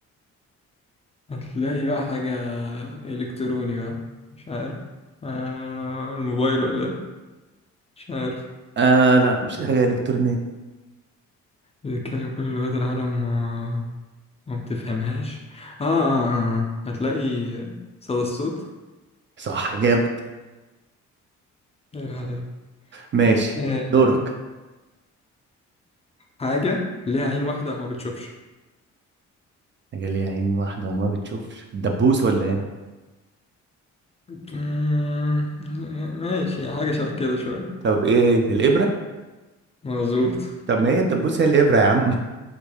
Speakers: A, on the left; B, on the right.
A: هتلاقي بقى حاجة إلكتروني بقى مش عارف آه الموبايل ولا إيه مش عارف
B: آه لا مش حاجة إلكترونية
A: بيتكلم كل لغات العالم وما ما بتفهمهاش آه, آه, آه آه. هتلاقي صدى الصوت
B: صح جامد
A: ايه عليك
B: ماشي
A: آه
B: دورك
A: حاجة ليها عين واحدة وما بتشوفش
B: حاجة ليها عين واحدة وما بتشوفش الدبوس ولا ايه
A: مم، ماشي حاجة شبه كده شوية
B: طب ايه هي الإبرة
A: مظبوط
B: طب ما هي الدبوس هي الإبرة يا عم